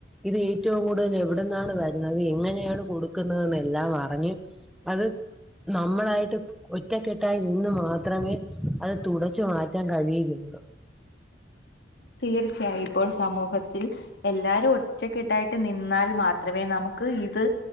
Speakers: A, in the centre; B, on the left.
A: ഇത് ഏറ്റവും കൂടുതൽ എവിടന്നാണ് വരുന്നത് എങ്ങനെയാണ് കൊടുക്കുന്നതെന്ന് എല്ലാം അറിഞ്ഞ് അത് നമ്മളായിട്ട് ഓൽ ഒറ്റക്കെട്ടായി നിന്ന് മാത്രമേ അത് തുടച്ചു മാറ്റാൻ കഴിയുകയൊള്ളൂ
B: തീർച്ചയായും ഇപ്പോൾ സമൂഹത്തിൽ എല്ലാരും ഒറ്റക്കെട്ടായിട്ട് നിന്നാൽ മാ ത്രമേ നമുക്ക് ഇത്